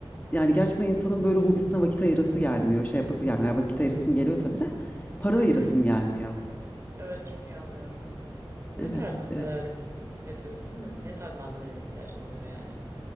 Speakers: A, on the left; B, on the right.
A: yani gerçekten insanın böyle hobisine vakit ayırası gelmiyor. Şey yapası gelmiyor. Ya Vakit ayırasım geliyor tabii de para
B: Hı
A: ayırasım
B: hı.
A: gelmiyor.
B: Evet çok iyi anlıyorum. Ne
A: Evet.
B: tarz mesela resim yapıyorsun? Ne ne tarz malzemelere ihtiyacın oluyor yani?